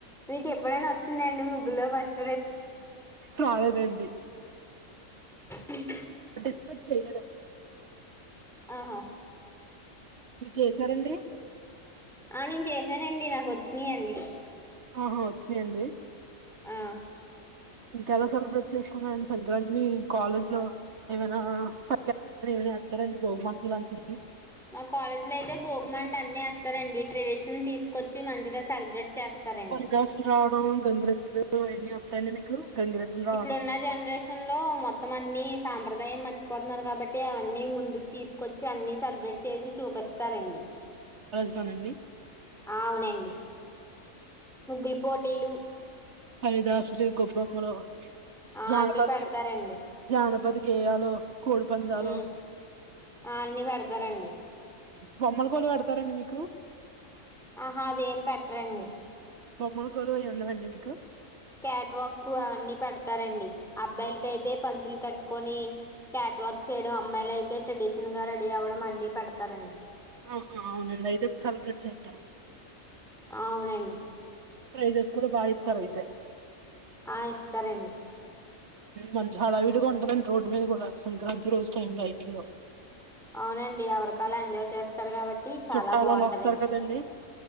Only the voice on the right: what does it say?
రాలేదండి
పార్టిసిపేట్ చేయలేదండి
మీర్ చేసారండి
ఆహా వచ్చినాయండి
ఇంకెలా సెలబ్రేట్ చేసుకున్నాండి సంక్రాంతి మీ కాలేజ్ లో, ఏమైనా సంక్రాంతి ఏమైనా ఏత్తరండి భోగమంట లాంటివి.
పరిదసు రావడం గంగలు ఎన్ని అప్లయింది మీకు గంగిరెద్దులు రావడం
అవునండి
అదిదాసులు గొబ్బమ్మలు
జానపతి
జానపతి గేయాలో కోడి పందలో
బొమ్మల కోళ ఆడతా వస్తారండి మీకు
బొమ్మల కోలు అయి ఉండవండి మీకు
ఆహా అవునంద ఐదుకు <unintelligible> సల రజతా
ప్రైజెస్ కూడా బాగా ఇద్దరూ అయితే
మంచి హడావిడిగా ఉంటదండి రోడ్డు మీద కూడా సంక్రాంతి రోజు నైట్ లో
చుట్టాలు
వాళ్ళు వస్తారు కదండి